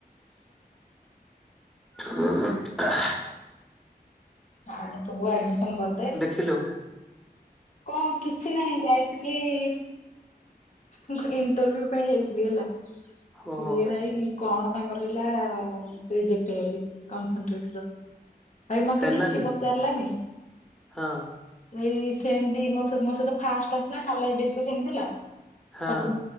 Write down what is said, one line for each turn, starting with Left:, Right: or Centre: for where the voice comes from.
Centre: <inaudible>
Left: ଆଡେ ତୁ ଆଡମିସନ କରିଦେ।
Centre: ଖିଲୋ
Left: କଣ କିଛି ନାହିଁ ଯାଇଥିଲି ଇ ମୁଁ ଇଣ୍ଟରଭି୍ୟୁ ପାଇଁ ଯାଇଥିଲି ହେଲା। ସିଏ
Centre: ଓହୋ।
Left: ଭାଇ କଣ ତାଙ୍କର ହେଲା ଆ ରିଜେକ୍ଟ ହେଇଗଲି କନସିଟ୍ରିକ୍ସ ର। ଭାଇ ମତେ
Centre: ହେଲାନି
Left: କିଛି ପଚା ଚାଲିଲା ନି -
Centre: ହଁ ଅଁ
Left: ଏଇ ସେମତି ମୋ ସହିତ ଫାଷ୍ଟ ଆସିଲା ସାଲାରୀ ଡିସକସନ ହେଲା।
Centre: ହଁ
Left: ସବୁ